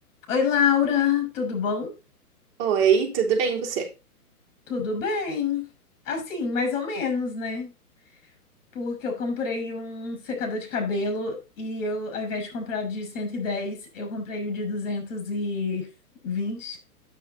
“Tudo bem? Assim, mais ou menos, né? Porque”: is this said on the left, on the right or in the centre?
Left